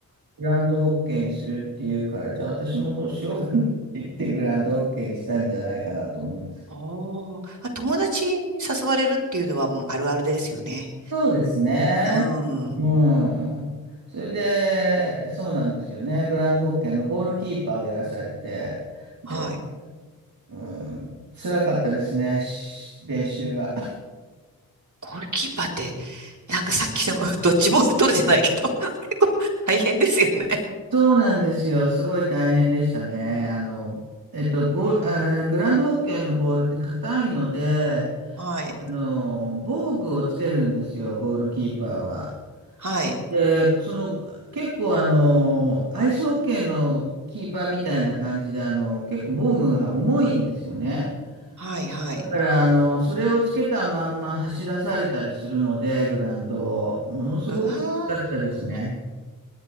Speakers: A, on the right; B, on the right.
A: グランドホッケーにするって言うから、じゃあ私もそうしようかなって言ってグランドホッケーにしたんじゃないかなと思うんです。
B: おー、あ、友達に誘われるっていうのはもうあるあるですよね。
A: そうですね。
B: うん。
A: うん。それで、そうなんですよね。グランドホッケーのゴールキーパーをやらされて、で、
B: はい。
A: うん、辛かったですね、し練習が。
B: ゴールキーパーって、なんかさっきの <laughs> ドッジボール取るじゃないけど <laughs> 結構大変ですよね。
A: そうなんですよ。すごい大変でしたね。あの、えっと、ゴ、えーグランドホッケーのボールって硬いので、
B: はい。
A: あの、防具をつけるんですよ、ゴールキーパーは。
B: はい。
A: で、その、結構あの、アイスホッケーのキーパーみたいな感じで、あの、結構防具が重いんですよね。
B: はい。はい。
A: だから、あの、それをつけたまんま走らされたりするので、グラウンドを。ものすごく大きかったですね。
B: うわー。